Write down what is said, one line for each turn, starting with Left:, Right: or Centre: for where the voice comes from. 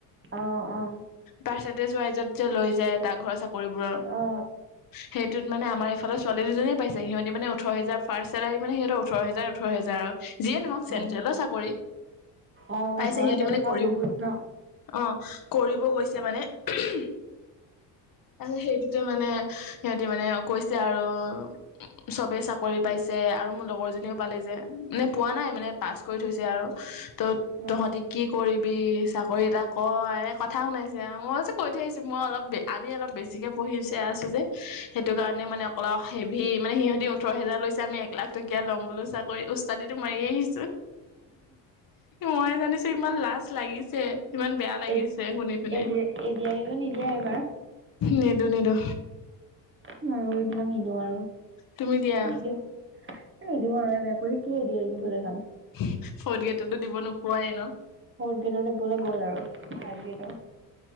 Right: অ অ
Left: পাৰ্চেন্টেজ ৱাইজত যে লৈ যায় ডাক। ঘৰৰ চাকৰিবোৰৰ।
Right: অ
Left: সেইটোত মানে আমাৰ এইফালৰ ছোৱালী দুজনীয়ে পাইছে সিহঁত মানে ওঁঠৰ হাজাৰ। ফাৰ্ষ্ট চেলাৰী মানে সিহঁতৰ ওঠৰ হাজাৰ ওঁঠৰ হেজাৰ আৰু। যিয়ে নহওক চেন্ট্ৰেলৰ
Right: অ
Left: চাকৰি।
Right: অ
Left: পাইছে
Right: ওঠৰ
Left: সিহঁতে
Right: হাজাৰ
Left: মানে
Right: টকা
Left: কৰিব,
Right: বহুত ন
Left: অ কৰিব গৈছে মানে <unintelligible> তাৰপাছত, সেইটোতে মানে সিহঁতি মানে কৈছে আৰু- চবেই চাকৰি পাইছে আৰু মোৰ লগৰ জনীও পালি যে মানে পোৱা নাই মানে পাছ কৰি থৈছে আৰু। ত'
Right: অ
Left: তহঁতি কি কৰিবি? চাকৰি এটা ক কথা শুনাইছে আৰু মই কৈ থৈ আহিছো মই অলপ আমি অলপ বেছিকে পঢ়িছে আছো যে। সেইটো কাৰণে মানে অকল হেভি মানে সিহঁত দি ওঠৰ হাজাৰ লৈছে। আমি এক লাখ টকীয়া ল'ম বোলো চাকৰি। ও্চ্ছাদিটো মাৰি আহি মইহে জানিছো ইমান লাজ লাগিছে। ইমান বেয়া লাগিছে
Right: এ
Left: শুনি পিনে।
Right: এডি এডিআৰিটো নিদিয়া এইবাৰ
Left: নিদো, নিদো।
Right: মই এইবিলাক নিদিওঁ আৰু
Left: তুমি দিয়া
Right: নিদিওঁ। নিদিওঁ আৰু এম এ পঢ়ি কি এদিআৰি দিবলে যাম।
Left: ফৰ্থ গেটতটো দিব নোপোৱাই ন?
Right: ফৰ্ত গেটত দিবলে গ'ল আৰু থাৰ্ত গেটৰ